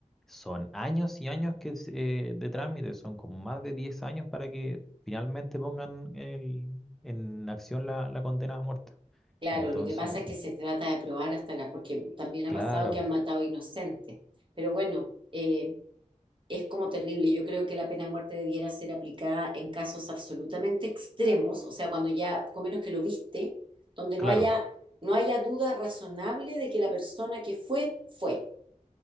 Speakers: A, in the centre; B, on the right.
A: son años y años que, se- eh, de trámite, son como más de 10 años para que finalmente pongan el, en acción la, la condena a muerte.
B: Claro,
A: Entonces,
B: lo que pasa es que se trata de probar hasta la, porque también
A: claro,
B: ha pasado que han matado inocentes. Pero bueno, eh, Es como terrible. Yo creo que la pena de muerte debiera ser aplicada en casos absolutamente extremos, o sea, cuando ya poco menos que lo viste, donde
A: claro,
B: no haya, no haya duda razonable de que la persona que fue, fue.